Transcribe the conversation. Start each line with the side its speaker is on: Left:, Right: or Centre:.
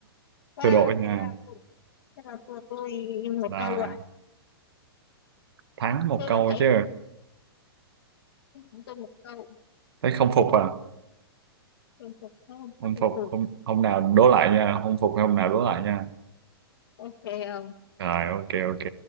Left: và
Right: thua đội nha
Left: thế là tụ- thế là thua tôi một
Right: là
Left: câu à
Right: thắng một
Left: tôi
Right: câu
Left: vẫn thấy
Right: chứ
Left: thắng tôi một câu
Right: thấy không phục à
Left: chung phục tôi không
Right: không
Left: khác thì
Right: phục
Left: thủ
Right: hôm hôm nào đố lại nha không phục thì hôm nào đố lại nha
Left: ok ờ.
Right: rồi ok ok